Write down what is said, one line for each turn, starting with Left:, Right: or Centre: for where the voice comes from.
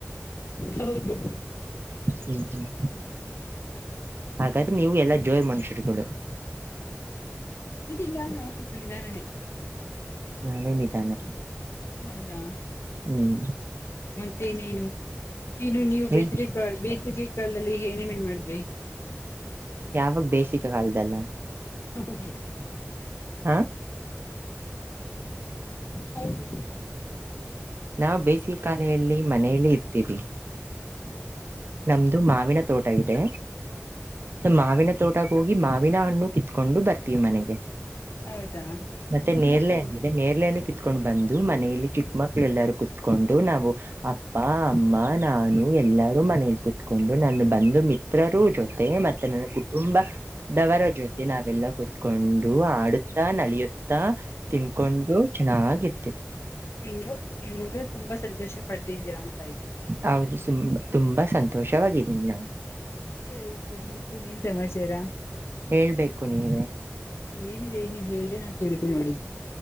Left: ಹೌದು
Right: ಹ್ಮ ಹ್ಮ್ ಹಾಗಾದ್ರೆ ನೀವು ಎಲ್ಲಾ ಜೋಯ ಮನುಷ್ಯರುಗಳು
Left: ಇಲ್ಲ ಅನ ಆಸೆಕಿದ್ದ ನಾನೆ
Right: ನಾನೇ ನಿಧನ.
Left: ಹೌದಾ
Right: ಹ್ಮ್
Left: ಮತ್ತೆ ಇನೇನು ನೀನು ನೀವು
Right: ನೀ
Left: ಬೇಸಿಗೆ ಸ ಬೇಸಿಗೆ ಕಾಲದಲ್ಲಿ ಏನೇಮೇನ್ ಮಾಡಿದ್ರಿ.
Right: ಯಾವಾಗ ಬೇಸಿಕ ಕಾಲದಲ್ಲ.
Left: <inaudible>
Right: ಹಾ
Left: ಹೌದು.
Right: ನಾವು ಬೇಸಿಗೆ ಕಾಲೆಯಲ್ಲಿ ಮನೆಯಲ್ಲಿ ಇರ್ತೀವಿ. ನಮ್ದು ಮಾವಿನ ತೋಟ ಇದೆ. ಮಾವಿನ ತೋಟಕ್ಕೇ ಹೋಗಿ ಮಾವಿನ ಹಣ್ಣು ಕಿತ್ಕೊಂಡು ಬರ್ತೀವಿ ಮನೆಗೆ.
Left: ಹೌದಾ
Right: ಮತ್ತೆ
Left: ನಿಮ್ಮ
Right: ನೇರಳೆ
Left: ಹಜ್
Right: ಹಣ್ಣು ಇದೆ ನೇರಳೆ ಹಣ್ಣು ಕಿತ್ಕೊಂಡು ಕಿತ್ಕೊಂಡ್ ಬಂದು ಮನೆಯಲ್ಲಿ ಚಿಕ್ಕ ಮಕ್ಳು ಎಲ್ಲಾರೂ ಕುೂತ್ಕೊಂಡು ನಾವು ಅಪ್ಪಾ. ಅಮ್ಮ ನಾನು ಎಲ್ಲಾರೂ ಮನೇಲಿ ಕೂತ್ಕೊಂಡು ನನ್ನ ಬಂದು ಮಿತ್ರರು ಜೊತೆ. ಮತ್ತೆ ನನ್ನ ಕುಟುಂಬ ದವರ ಜೊತೆ ನಾವೆಲ್ಲ ಕುೂತ್ಕೊಂಡು ಆಡುತ್ತ ನಲಿಯುತ್ತಾ. ತಿನ್ಕೊಂಡು ಚೆನ್ನಾಗಿರ್ತಿವಿ.
Left: ಹಿಂಗು ಹಿಂಗು ತುಂಬಾ ಸಂತೋಷಪಡ್ದಿದ್ದೀರಾ ಅಂತ ಆಯ್ತು.
Right: ಹೌದು ತುಂಬಾ ಸಂತೋಷವಾಗಿದ್ದೀನಿ ನಾನು.
Left: ಸರಿ ಸರಿ ಮತ್ತೆ ಇನ್ನೇನ್ ಸಮಾಚಾರ.
Right: ಹೇಳ್ಬೇಕು ನೀವೇ.
Left: ಏನಿದೆ ನೀವ್ ಹೇಳಿ ನಾ ಕೇಳ್ತವಿ ನೋಡಿ.